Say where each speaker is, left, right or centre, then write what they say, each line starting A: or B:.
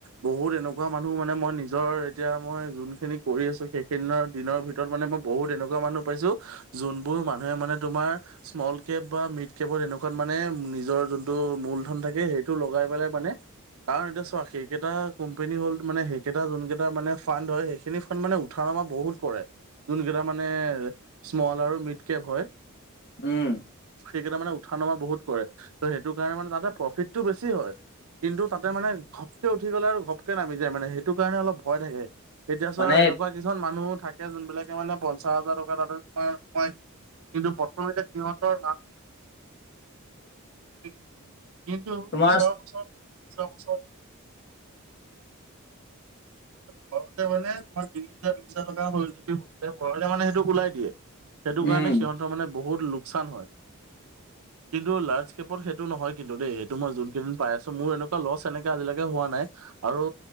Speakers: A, on the right; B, on the left.
A: বহুত এনকা মানুহ মানে মই নিজৰ এতিয়া মই যোনখিনি কৰি আছোঁ, সেইখিনৰ দিনৰ ভিতৰত মানে মই বহুত এনেকুৱা মানুহ মানুহ পাইছোঁ, যোনবোৰ মানুহে মানে তোমাৰ স্মল কেপ বা মিড কেপত এনেকুৱাত মানে নিজৰ যোনটো মূলধন থাকে সেইটো লগাই পেলাই মানে কাৰণ এতিয়া চোৱা সেইকেইটা কোম্পানী হ'ল মানে সেইকেইটা যোন কেইটা মানে ফান এ সেখিনি ফান মানে উঠা নমা বহুত কৰে যোনকেইটা মানে স্মল আৰু মিড কেপ হয়,
B: উম
A: সেইকেইটা মানে উঠা নমা বহুত কৰে, ত' সেইটো কাৰণে মানে তাতে প্ৰফিতটো বেছি হয় কিন্তু তাতে মানে ঘপকে উঠি গ'লে আৰু ঘপকে নামি দিয়ে মানে সেইটো কাৰণে অলপ ভয় থাকে এতিয়া চোৱা
B: মানে
A: এনেকুৱা কিছুমান মানুহ থাকে যোনবিলাক মানে পঞ্চাশ হাজাৰ টকা তাতে তোমাৰ মই কিন্তু প্ৰথমতে সিহঁতৰ <unintelligible> কিন্তু
B: তোমাৰ
A: পিছৰ বছৰত পিছৰ বছৰত <inaudible> ঘৰতে মানে তোমাৰ <inaudible> তি হাজাৰ বিশ হাজাৰ টকা হয় যদি <inaudible> <unintelligible> মানে সেইটোক ওলাই দিয়ে, সেইটো
B: উম
A: কাৰণে সিহঁতৰ মানে বহুত লোকচান হয়। কিন্তু লাৰ্জ কেপৰ ক্ষেত্ৰ সেইটো নহয় কিন্তু দেই, সেইটো মই যোন কেইদিন পাই আছোঁ। মোৰ এনেকুৱা লছ এনেকে আজিলৈকে হোৱা নাই। আৰু